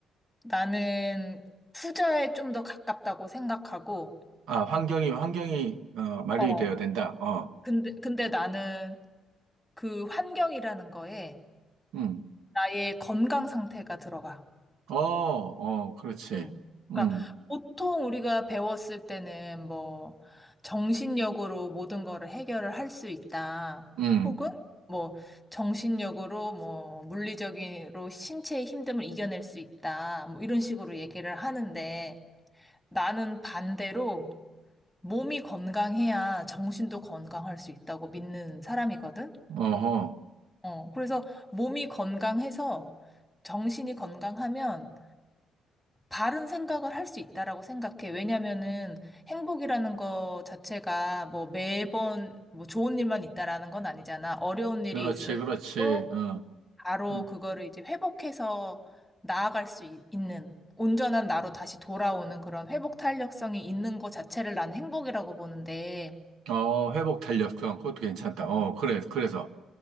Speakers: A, in the centre; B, on the right (about 80°).
A: 나는 후자에 좀 더 가깝다고 생각하고,
B: 아, 환경이, 환경이, 어, 마련이
A: 어.
B: 되어야 된다. 어,
A: 근데, 근데 나는 그 환경이라는 거에
B: 음.
A: 나의 건강 상태가 들어가.
B: 어, 어, 그렇지.
A: 응.
B: 음,
A: 그러니까 보통 우리가 배웠을 때는 뭐 정신력으로 모든 거를 해결을 할 수 있다.
B: 음,
A: 혹은 뭐 정신력으로 뭐 물리적으로 신체의 힘듦을 이겨낼 수 있다. 뭐 이런 식으로 얘기를 하는데 나는 반대로 몸이 건강해야 정신도 건강할 수 있다고 믿는 사람이거든.
B: 어허.
A: 어, 그래서 몸이 건강해서 정신이 건강하면 바른 생각을 할 수 있다라고 생각해. 왜냐면은 행복이라는 거 자체가 뭐 매번 뭐 좋은 일만 있다라는 건 아니잖아. 어려운 일이
B: 그렇지,
A: 있을
B: 그렇지.
A: 때도
B: 어.
A: 바로
B: 음.
A: 그거를 이제 회복해서 나아갈 수 있, 는 온전한 나로 다시 돌아오는 그런 회복 탄력성이 있는 것 자체를 난 행복이라고 보는데,
B: 어, 회복 탄력성, 그것도 괜찮다.
A: 어.
B: 어, 그래, 그래서.